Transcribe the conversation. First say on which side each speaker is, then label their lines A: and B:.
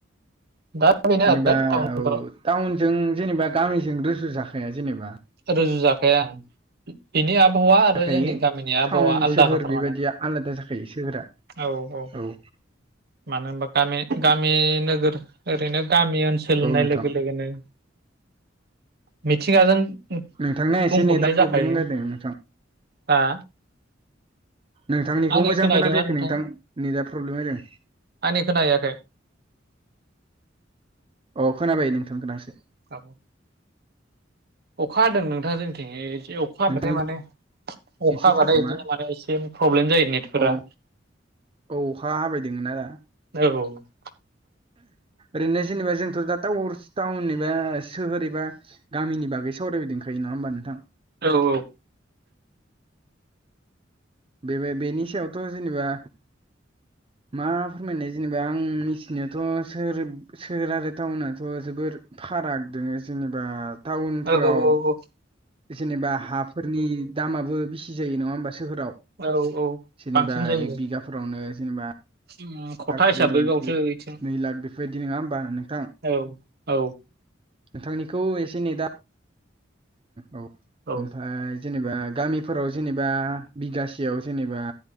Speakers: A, on the right; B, on the right.
A: दा बेनो
B: जेनेबा
A: आरो टाउनफ्राव
B: औ टाउनजों जेनेबा गामिजों रुजु जाखाया जेनेबा
A: रुजु जाखाया ओं। बिनि आबहावा आरो
B: जाखायो
A: जोंनि गामिनि आबहावा
B: टाउन
A: आलदा
B: सोहोर
A: खाथार
B: बेबायदिया
A: माने
B: आलादा जाखायो सोहोरा
A: औ-औ
B: औ
A: मानो होनबा गामि गामि नोगोर ओरैनो गामि ओनसोल
B: औ
A: होननाय
B: नोंथां
A: लोगो लोगोनो मिथिंगाजों
B: नोंथांना
A: बुंफबनाय
B: एसे नै दा प्रब्लेम
A: जाखायो
B: होलायदों नोंथां
A: दा
B: नोंथांनिखौ
A: आंनि
B: मोजां
A: खोनाहैदोंना
B: खोनाफैयाखै
A: नोंथाङा
B: नोंथां नेदा प्रब्लेम जादों
A: आंनि खोनाहैयाखै
B: औ खोनाबाय नोंथां दासो
A: अखा हादों नोंथां जोंथिं ओ जि अख अखा हबाथाय
B: नोंथांनि
A: माने अखा
B: एसे
A: हाबाथाय
B: थादोमा
A: इदिनो माने एसे प्रब्लेम जायो नेटफोरा
B: औ औ हाबायदोङो ना दा
A: औ
B: ओरैनो जेनेबा जोंथ' टाउर टाउन एबा सोहोर एबा गामिनि बागै सावरायबायदोंखायो नङा होमबा नोंथां
A: औ-औ
B: बे बेनि सायावथ' जेनेबा मा फोरमायनाय जेनेबा आं मिथिनायावथ' सोहोर सोहोर आरो टाउनथ' जोबोर फाराग दोङो जेनेबा टाउनफोराव
A: औ औ औ
B: जेनेबा हाफोरनि दामाबो बेसि जायो नङा होमबा सोहोराव
A: औ औ
B: जेनेबा
A: बांसिन जायो
B: एक बिगाफोरावनो जेनेबा
A: <unintelligible>
B: लाख ब्रै लाख
A: बावसो बिथिं
B: नै लाख बेफोरबायदि नङा होमबा नोंथां।
A: औ औ
B: नोंथांनिखौ एसे नै दा औ
A: औ
B: ओमफ्राय जेनेबा गामिफोराव जेनेबा बिगासेयाव जेनेबा